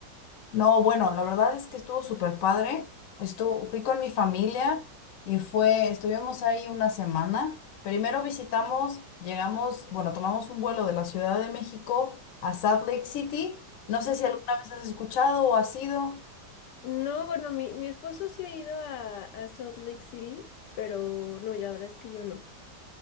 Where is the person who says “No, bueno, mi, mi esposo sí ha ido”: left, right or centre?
Left